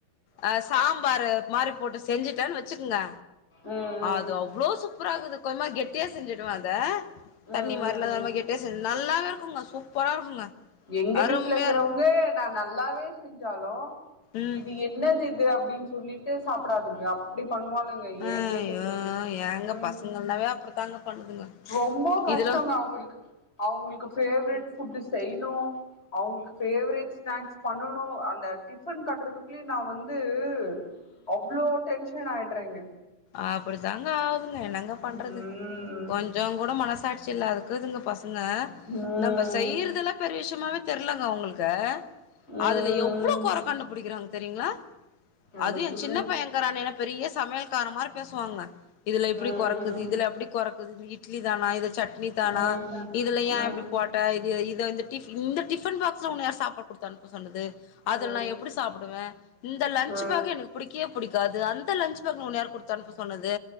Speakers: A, on the left; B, on the left.
A: ஆ சாம்பார் மாரி போட்டு செஞ்சுட்டேனு வச்சுக்கேங்க
B: ம்
A: அது
B: ம்
A: அவ்ளோ சூப்பர இக்குது கொஞ்சமாது கெட்டி யா செஞ்சுடுவ அத
B: உம்
A: தண்ணி
B: உம்
A: மாரிலா கொஞ்சமா
B: உம்
A: கெட்டியா நல்லாவே இருக்குங்க சூப்பர இருக்குங்க
B: எங்க
A: அருமையா
B: வீட்டுல இருக்கிறவங்க
A: இருக்கு
B: நா நல்லாவே செஞ்சாலு
A: ம்
B: இது என்னது இது அப் படின்னு சொல்லிட்டு சாப்பிடாதுங்க அப்படி பண்ணுவனுங்க ஏன்
A: ஐயோ
B: கேக்குறீங்க
A: ஏங்க
B: உ
A: பசங்கனாவே அப்டித்தாங்க பண்ணுதுங்க
B: ரொம்ப கஷ்டங்க
A: இதுல
B: அவங்களுக்கு அவங்களுக்கு பேவரட் ஃபுட் செய் அவங்க பேவரட்ஸ் ஸ்நாக் க்ஸ் பண்ணனு அந்த டிஃபன் கட்டுறதுக்குல்லயே நா வந்து து அவ்ளோ டென்ஷன் ஆயிட் ட்றாங்க
A: அப்டித்தாங்க ஆகுதுங்க என்னங்க பண்றது
B: ம்
A: கொஞ்சோ கூட மனசாட்சி இல்லாது க்துங்க பச ங்க
B: ம்
A: நம்ம செய்யுறதெல்லா பெரிய விஷயமாவே தெர்லங்க அவங்களுக்கு
B: ம்
A: அதுல எவ்ளோ கொற கண்டுபுடிக்கிறாங்க தெரியுங்ளா
B: அத
A: அதும் ஏ
B: சொல்லுங்க
A: சின்ன பையங் இருக்கிறானே என்ன பெரிய சமையல் கார மாரி பேசுவாங்க இதுல இப்புடி
B: ம்
A: கொற இக்குது இதுல அப்புடி கொற இக்குது இட்லிதான இது சட்னி தானா
B: ம்
A: இதுல ஏ
B: ம்
A: இப்புடி போட்ட இதோ இந்த டிஃப் இந்த டிஃபன் பாக்ஸ்ல உன்ன யார் சாப்பாடு குடுத்தனுப்ப சொன்னது அதுல
B: ம்
A: நா எப்படி சாப்பிடுவே இந்த லன்ச்
B: ஆ
A: பேக் எனக்கு புடிக்கவே புடிக்காது அந் த லன்ச் பேக்ல உன்ன யார் குடுத்தனுப்ப சொன்னது